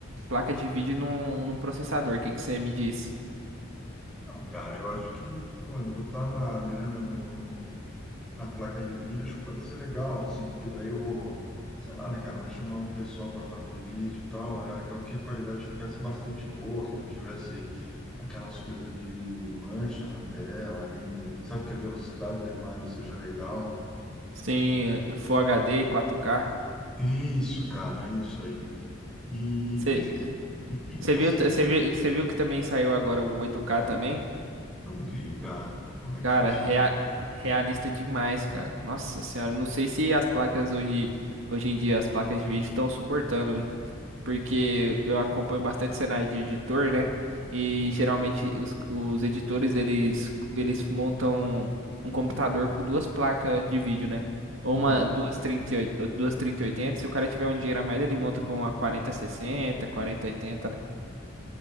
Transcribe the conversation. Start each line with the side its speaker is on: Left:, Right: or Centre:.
Right: placa de vídeo e num, num processador, o que que você me diz?
Centre: Ah, cara, eu acho que pô, botar uma grana no, no- na placa de vídeo, acho que pode ser legal, assim, porque daí eu vou, sei lá, né, cara, eu vou chamar um pessoal para fazer vídeo e tal, era legal que a qualidade ficasse bastante boa, que não tivesse aquelas coisas de mancha na tela, nem, sabe, que a velocidade da imagem seja legal.
Right: Sim, Full HD, 4K.
Centre: Isso, cara, é isso aí. E,
Right: Você
Centre: e, vem- e,
Right: você
Centre: e,
Right: viu,
Centre: assim,
Right: você viu, você viu que também saiu agora o 8K também?
Centre: não vi, cara, como é que
Right: Cara,
Centre: funciona.
Right: rea- realista demais, cara. Nossa senhora, não sei se as placas hoje, hoje em dia, as placas de vídeo estão suportando, porque eu acompanho bastante cenário de editor, né? E geralmente os, os editores, eles, eles montam um computador com duas placas de vídeo, né? Ou
Centre: Hum.
Right: uma duas 3080, duas 3080, se o cara tiver um dinheiro a mais, ele monta com uma 4060, 4080, né?